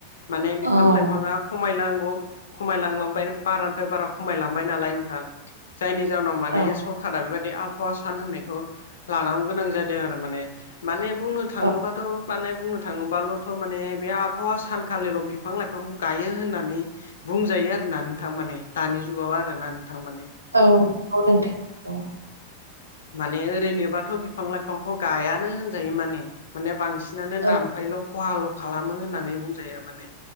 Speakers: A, on the left; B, on the right.
A: माने बिफां
B: औ
A: लाइफाङा खमायनांगौ खमायलांलांबाय बारानिफाय बारा खमायलांबाय नालाय नोंथां। जायनि जावनाव माने
B: औ
A: सरखारा बेबादि आबहावा सान होननायखौ लानांगौ गोनां जादों आरो माने। माने बुंनो थाङोबाथ'
B: औ
A: माने बुंनो थाङोबाल'थ' माने बे आबहावा सानखालिल' बिफां-लाइ फां गायो होननानै बुंजायो आरो ना नोंथां माने दानि जुगाव आरो ना नोंथां माने।
B: औ औ नोंथां। औ
A: माने ओरैनोबाथ' बिफां लाइफांखौ गायानो होनजायो माने माने बांसि बांसिनानो दामफायल'
B: औ
A: खहाल' खालामो होननानै बुंजायो माने